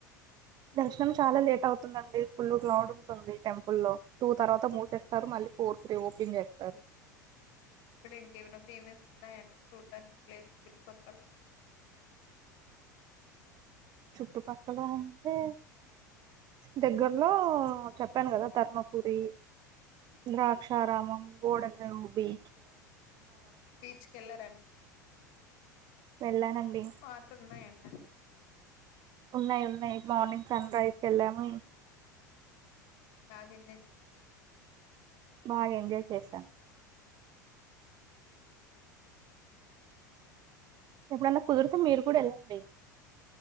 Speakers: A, on the right (about 45°); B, on the left (about 60°).
A: దర్శనం చాలా లేట్ అవుతుందండి ఫుల్ గ్లౌడ్ ఉంటుంది టెంపుల్లో టూ తర్వాత మూసేస్తారు మళ్ళీ ఫోర్ త్రీ ఓపెన్ చేస్తారు
B: ఇక్కడ ఇంకేమైనా ఫేమెస్ ఉంటాయండి చూడ్డానికి ప్లేసులు చుట్టు పక్కల్లో
A: చుట్టు పక్క క్కలా అంతే దగ్గరలో చెప్పాను కదా తర్మపుూరి ద్రాక్షారామం గోడెండర ఉబి
B: బీచ్ కలారన్న
A: వెళ్ళానండి
B: మాత్ర ఉన్నా ఎన్న
A: ఉన్నాయి ఉన్నాయి మార్నింగ్ సన్ రైజ్కి వెళ్ళాము
B: బాగా ఎంజాయ్ చేసారు అయితే
A: బాగా ఎంజాయ్ చేశాను ఎప్పుడన్నా కుదిరితే మీరు కూడా వెళ్ళండి